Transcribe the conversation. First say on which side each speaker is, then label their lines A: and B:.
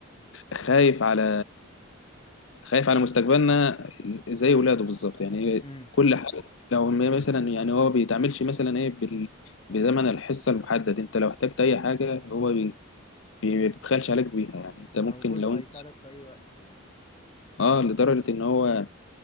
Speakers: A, on the left (about 65°); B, on the left (about 25°).
A: خايف على خايف على مستقبلنا ز- زي ولاده بالظبط يعني
B: امم
A: كل حاجة لو م- مثلا يعني هو بيتعاملش مثلا ايه بال... بزمن الحصة المحدد انت لو احتجت اي حاجة هو بي... بي- بيبخلش عليك بيها يعني انت ممكن
B: موجود
A: لو
B: وهيساعدك في اي وقت يعني
A: اه لدرجة ان هو